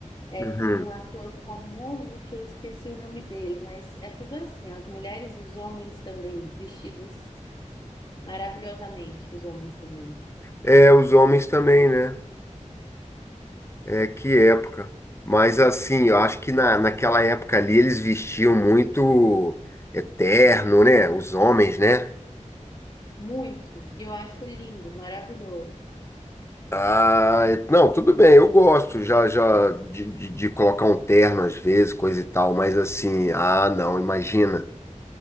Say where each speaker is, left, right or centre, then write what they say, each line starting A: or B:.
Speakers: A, on the left; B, on the left.
A: É
B: uhum.
A: com um ator famoso que eu esqueci o nome dele, mas é tudo assim, as mulheres e os homens também, vestidos maravilhosamente, os homens também.
B: É, os homens também, né? É, que época. Mas assim, eu acho que na, naquela época ali eles vestiam muito eterno, né? Os homens, né?
A: Muito. E eu acho lindo, maravilhoso.
B: Ah, é- não, tudo bem, eu gosto já já de, de, de colocar um terno às vezes, coisa e tal, mas assim, ah, não, imagina.